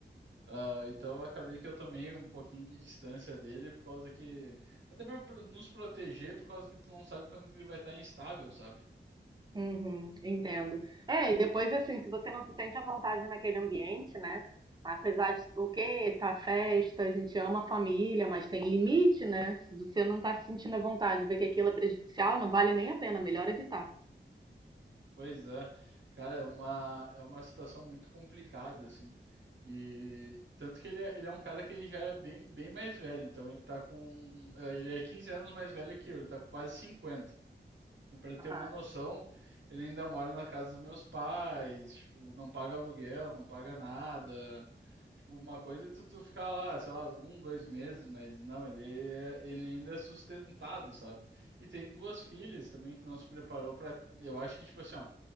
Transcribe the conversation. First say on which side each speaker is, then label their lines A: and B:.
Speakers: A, on the right (about 80°); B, on the right (about 25°).
A: Ah, então eu acabei que eu tomei um pouquinho de distância dele por causa que. Até pra pro- nos proteger, por causa que tu não sabe quando que ele vai estar instável, sabe?
B: Uhum, entendo. É, e depois, assim, se você não se sente à vontade naquele ambiente, né? Apesar de o que tá festa, a gente ama a família, mas tem limite, né? Se você não tá se sentindo à vontade, ver que aquilo é prejudicial, não vale nem a pena, melhor evitar.
A: Pois é. Cara, é uma, é uma situação muito complicada, assim. E tanto que ele é, ele é um cara que ele já é bem, bem mais velho. Então ele tá com. eh, Ele é 15 anos mais velho que eu, ele tá com quase cinquenta Para ter
B: Aham.
A: uma noção, ele ainda mora na casa dos meus pais, tipo, não paga aluguel, não paga nada. Tipo, uma coisa é tu, tu ficar lá, sei lá, um, dois meses, mas não, ele, é- ele ainda é sustentado, sabe? E tem duas filhas também que não se preparou para, eu acho que tipo assim, ó,